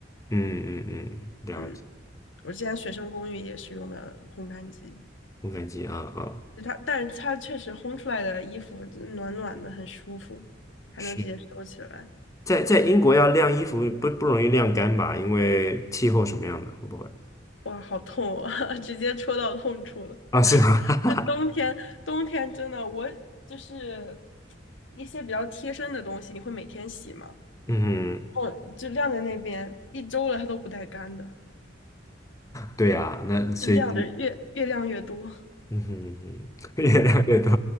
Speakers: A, on the left; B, on the left.
A: 嗯嗯嗯，了解
B: 嗯，我之前学生公寓也是用的烘干机，
A: 烘干机啊啊。
B: 就它，但是它确实烘出来的衣服暖暖的，很舒服，还能直接收起来。
A: 是。在在英国要晾衣服不不容易晾干吧？因为气候什么样的，会不会？
B: 哇，好痛啊，<laughs> 直接戳到痛处了。
A: 啊，是吗？
B: 就冬天，
A: <laughs>
B: 冬天真的，我就是一些比较贴身的东西，你会每天洗吗？
A: 嗯，
B: 哦，就晾在那边一周了，它都不带干的，
A: 对呀、那所以
B: 就晾着越越晾越多，
A: 嗯哼，<laughs> 越晾越多，
B: 对